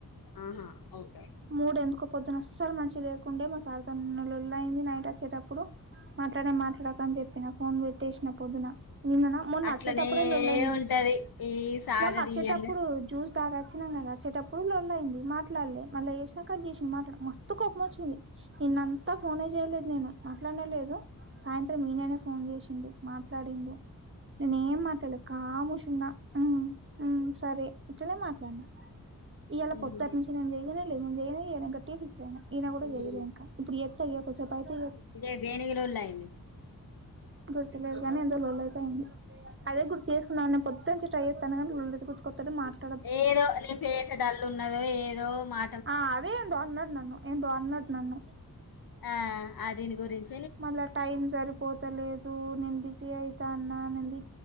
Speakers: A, on the left; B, on the right.
A: ఉమ్ హు ఓకే
B: మూడు ఎందుకో పొద్దున అసలు మంచి లేకుండే మా సార్ తోని లొల్లి అయింది నైట్ వచ్చేటప్పుడు మాట్లాడ మాట్లాడకు అని చెప్పిన ఫోన్ పెట్టేసిన పొద్దున నిన్ననా మొన్న
A: అట్లనే
B: అచ్చేటప్పుడే లొల్లయింది
A: ఉంటది ఈ సాగదీయంగా
B: మొన్న వచ్చేటప్పుడు జ్యూస్ తాగా వచ్చినమ్ కదా వచ్చేటప్పుడు లొల్లి అయింది మాట్లాడలే మళ్ళ చేసినా కట్ జేసిండు మాట్లాడలే మస్తు కోపం వచ్చింది నిన్నంతా ఫోనే జేయలేదు నేను మాట్లాడనేలేదు సాయంత్రం ఈననే ఫోన్ చేసిండు మాట్లాడిండు నేను ఏం మాట్లాడలే కామూష్ ఉన్నా ఉమ్ ఉమ్ సరే ఇట్లనే మాట్లాడిన ఇయాళ
A: మ్మ్
B: పొత్తటి నుంచి నేను చెయ్యలే జెయ్యనే జెయ్యనూ గట్టిగ ఫిక్స్ అయినా ఈయన కూడా జేయలే
A: మ్మ్
B: ఇంక ఇప్పుడు జేత్తడిగ కోసేపు అయితే
A: ఇదే దేనికి లొల్లి అయింది
B: గుర్తులేదు గానీ ఏదో లొల్లి అయితే అయింది అదే గుర్తు చేసుకున్నాను పొద్దనుంచి ట్రై చేస్తానా కాని గుర్తుకొత్తలే మాట్లా
A: ఏదో నీ ఫేస్ డల్ ఉన్నది ఏదో మా
B: ఆ అదే ఏందో అన్నడు నన్ను ఏందో అన్నడు నన్ను
A: ఆ ఆ దీని గురించి
B: మళ్ళా టైం సరిపోతలేదు నేను బిజీ అయితా అన్నా నంది